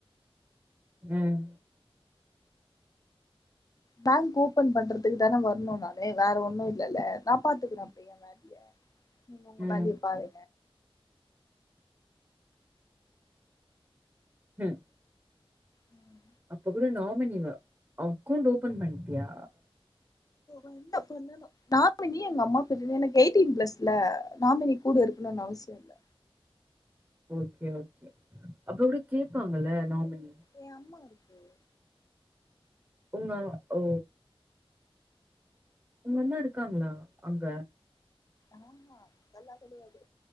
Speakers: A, on the right; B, on the left.
A: ம்
B: பேங்க் ஓபன் பண்றது அத்துக்கு தானே வரணு நானு வேற ஒண்ணு இல்லலே நா பாத்துக்கிறே அப்ப எ வேலய நீங்க ஒங்க
A: ம்
B: வேலைய பாரு
A: ம்
B: ம்
A: அப்ப கூட நாமினி இவ அக்கௌண்ட் ஓப்பன் பண்ட்டியா
B: ஒன்னா போனம் <unintelligible> எங்க அம்மாவா கூட்டிட்டு எனக்கு எயிட்டீன் பிளஸ்ல நாமினி கூட இருக்கணுனு அவசிய இல்ல
A: ஓகே ஓகே அப்ப கூட கேப்பாங்கல்ல நாமினி
B: எ அம்மா இருக்காங்க
A: உங்கா ஓ உங்க அம்மா இருக்காங்ளா அங்க
B: ஆமா நல்லா கெடையாது